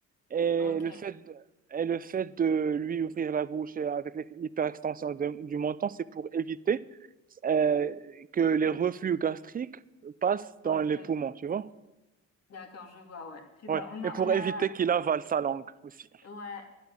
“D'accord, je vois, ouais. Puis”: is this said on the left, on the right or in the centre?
Left